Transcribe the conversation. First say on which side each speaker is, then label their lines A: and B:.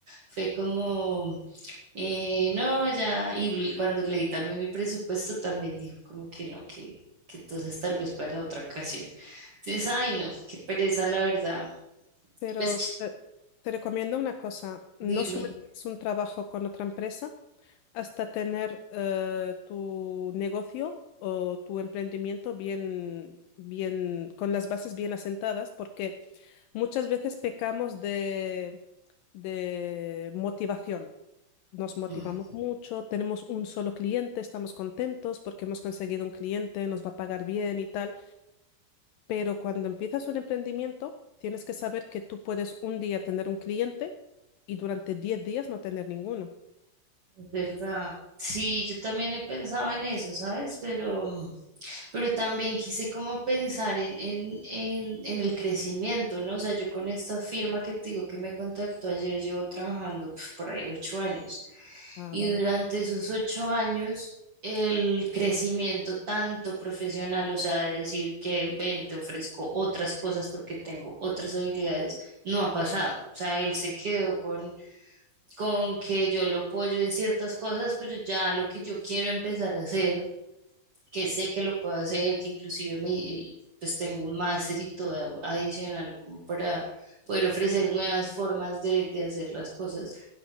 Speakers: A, on the right; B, on the left.
A: Fue como, eh, no, ya, y l- cuando leí también mi presupuesto también dijo como que no, que, que entonces tal vez para otra ocasión. Entonces, ay, no, qué pereza, la verdad.
B: Pero
A: Pues ch-
B: te, te recomiendo una cosa,
A: dime,
B: no sueltes un trabajo con otra empresa hasta tener eh, tu negocio o tu emprendimiento bien, bien, con las bases bien asentadas, porque Muchas veces pecamos de, de motivación. Nos motivamos
A: Mm,
B: mucho, tenemos un solo cliente, estamos contentos porque hemos conseguido un cliente, nos va a pagar bien y tal. Pero cuando empiezas un emprendimiento, tienes que saber que tú puedes un día tener un cliente y durante 10 días no tener ninguno.
A: es verdad. Sí, yo también he pensado en eso, ¿sabes? Pero... pero también quise como pensar en, en, en, en el crecimiento, ¿no? O sea, yo con esta firma que te digo que me contactó ayer, llevo trabajando pues, por ahí ocho años.
B: Ah,
A: Y
B: vale.
A: durante esos ocho años, el crecimiento tanto profesional, o sea, de decir que ven, te ofrezco otras cosas porque tengo otras habilidades, no ha pasado. O sea, él se quedó con, con que yo lo apoyo en ciertas cosas, pero ya lo que yo quiero empezar a hacer que sé que lo puedo hacer, que inclusive me, pues tengo un máster y todo adicional como para poder ofrecer nuevas formas de, de hacer las cosas.